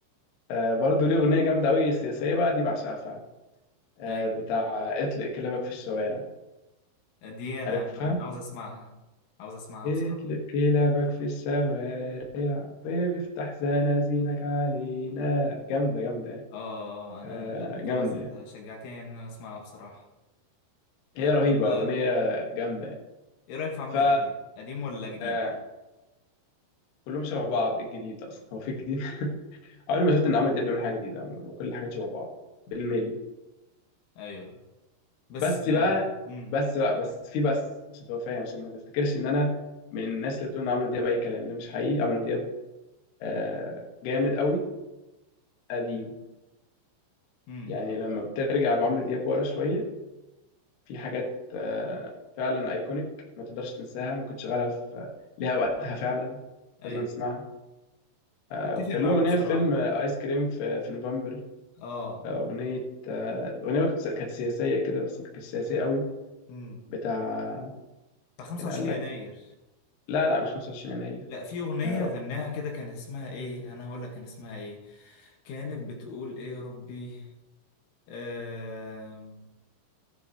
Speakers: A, on the left (about 60°); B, on the left (about 75°).
A: آه برضه ليه اغنيه جامده قوي سياسيه بقى دي بعشقها فعلا آه
B: ايوه
A: بتاع اطلق كلابك في الشوارع
B: دي انا
A: عارفها
B: انا أنا عاوز اسمعها عاوز اسمعها
A: اطلق
B: بصراحه
A: كلابك في الشوارع وافتح زنازينك علينا جامده جامده يعني
B: اه آه، آه، انا
A: آه
B: لا
A: جامده
B: خلاص
A: يعني
B: انت شجعتني ان انا اسمعها بصراحه إيه
A: هي
B: طب
A: رهيبه اغنيه
B: آه،
A: جامده يعني
B: ايه رايك في عمرو
A: ف
B: دياب قديم ولا جديد
A: آه كلهم شبه بعض إيه الجديد اصلا هو في جديد <laughs> عمري ما شفت ان عمرو دياب بيعمل حاجه جديده عموما وكل الحاجات شبه بعض بالملي
B: ايوه بس
A: بس بقى
B: امم
A: بس بقى بس في بس عشان تبقى فاهم عشان ما تفتكرش ان انا من الناس اللي بتقول ان عمرو دياب اي كلام ده مش حقيقي عمرو دياب آه جامد قوي قديم
B: امم
A: يعني لما بترجع بعمرو دياب ورا شويه في حاجات آه فعلا ايكونيك ما تقدرش تنساها ممكن تشغلها في ليها وقتها فعلا
B: ايوه
A: لازم تسمعها آه
B: اتفق
A: وكان
B: معاك
A: له اغنيه
B: بصراحه
A: في فيلم آه، ايس كريم في, في نوفمبر
B: اه
A: آه، اغنيه آه، الاغنيه كانت كانت سياسيه كده بس ما كانتش سياسيه قوي
B: مم.
A: بتاع
B: بتاع 25
A: كان قال لك
B: يناير
A: لا لا مش 25 يناير
B: لا في اغنيه
A: آه،
B: غناها كده كان اسمها ايه انا هقول لك كان اسمها ايه كانت بتقول ايه يا ربي آم...